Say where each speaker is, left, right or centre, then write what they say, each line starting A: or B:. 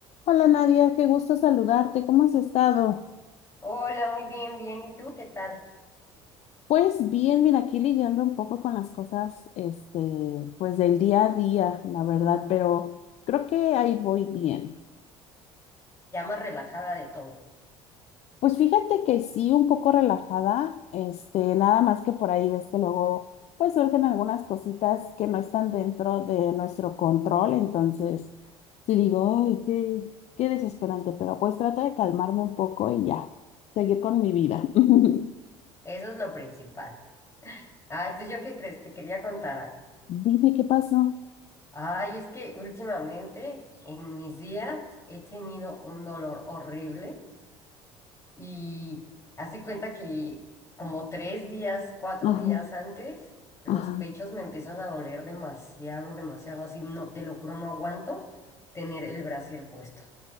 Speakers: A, on the left; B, on the left.
A: Hola Nadia, qué gusto saludarte. ¿Cómo has estado?
B: Hola, muy bien, bien. ¿Y tú qué tal?
A: Pues bien, mira, aquí lidiando un poco con las cosas, este, pues del día a día, la verdad, pero creo que ahí voy bien.
B: Ya más relajada de todo.
A: Pues fíjate que sí, un poco relajada, este, nada más que por ahí ves que luego, pues surgen algunas cositas que no están dentro de nuestro control, entonces sí digo, ay, qué, qué desesperante, pero pues trato de calmarme un poco y ya, seguir con mi vida. <laughs>
B: Eso es lo principal. Ay, pues yo qué crees, te quería contar algo.
A: Dime qué pasó.
B: Ay, es que últimamente en mis días he tenido un dolor horrible y haz de cuenta que como tres días, cuatro
A: Ajá,
B: días antes, los
A: ajá.
B: pechos me empiezan a doler demasiado, demasiado. Así no, te lo juro, no aguanto tener el brasier puesto.